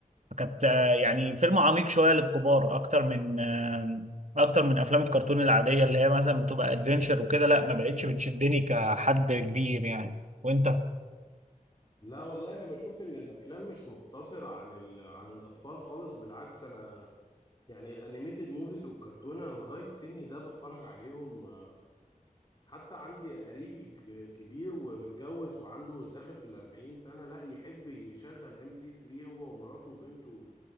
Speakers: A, on the right; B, on the left.
A: فكانت آه، يعني فيلم عميق شوية للكبار أكتر من آه، أكتر من أفلام الكرتون العادية اللي هي مثلا بتبقى ادفنشر وكده لا ما بقتش بتشدني كحد كبير يعني وأنت؟
B: لا والله انا بشوف ان الافلام مش مقتصره عن ال... عن الاطفال خالص بالعكس انا يعني الانيميتد موفيز والكرتون انا لغايه سني ده بتفرج عليهم آه، حتى عندي قريبي ك- كبير ومتجوز وعنده داخل في الأربعين سنه لا يحب يشغل ام سي 3 هو ومراته وبنته